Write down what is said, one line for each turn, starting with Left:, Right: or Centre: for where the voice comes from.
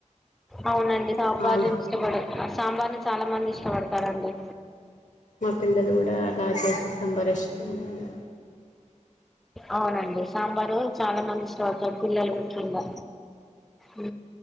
Centre: అవునండి సాంబార్
Left: ఆల్
Centre: ఇష్టపడ ఆ సాంబార్ని చాలా మంది ఇష్టపడతారండి
Left: మా పిల్లలు కూడా అట్లా చూపిస్తాం బా రెస్ట్ ఉండలీ.
Centre: అవునండి సాంబారు చాలా మంది ఇష్టపడతారు పిల్లలు ముఖ్యంగా ఉ